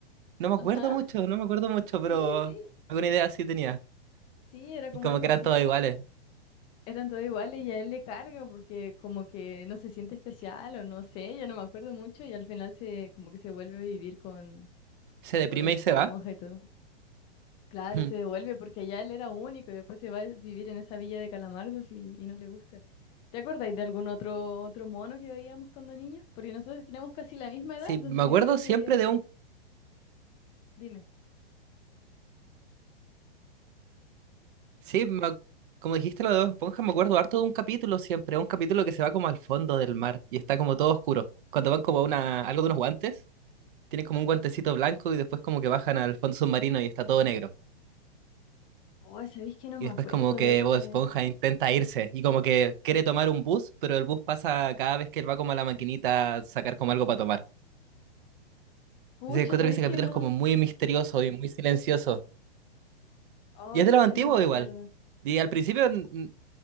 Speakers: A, on the right; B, on the left.
A: No me
B: ajá,
A: acuerdo mucho, no me acuerdo mucho, pero
B: sí, sí.
A: alguna idea sí tenía.
B: Sí, era como
A: Y como
B: algo
A: que
B: así,
A: eran todos iguales.
B: eran todos iguales y a él le carga porque como que no se siente especial o no sé, ya no me acuerdo mucho y al final se como que se vuelve a vivir con,
A: Se
B: con
A: deprime
B: Bob Esponja
A: y se va. <laughs>
B: y todo. Claro,
A: Hmm.
B: se devuelve porque allá él era único y después se va a vivir en esa villa de Calamardos y, y no le gusta. ¿Te acordáis de algún otro otro mono que veíamos cuando niños? Porque nosotros tenemos casi la misma edad,
A: Sí,
B: entonces
A: me acuerdo
B: yo creo
A: siempre
B: que...
A: de un...
B: Dime.
A: Sí, me ac- como dijiste lo de Bob Esponja, me acuerdo harto de un capítulo siempre. Un capítulo que se va como al fondo del mar y está como todo oscuro. Cuando van como a una... algo de unos guantes, tienen como un guantecito blanco y después como que bajan al fondo submarino y está todo negro.
B: Oh, ¿sabéis que no
A: Y
B: me
A: después
B: acuerdo
A: como que
B: de ese?
A: Bob Esponja intenta irse y como que quiere tomar un bus, pero el bus pasa cada vez que él va como a la maquinita a sacar como algo para tomar.
B: Pucha,
A: Entonces encuentro
B: ¿sabéis
A: que ese capítulo
B: que no?
A: es como muy misterioso y muy silencioso.
B: Oh,
A: Y es
B: ¿sabéis
A: de lo antiguo
B: que no me
A: igual.
B: acuerdo?
A: Y al principio, n- n-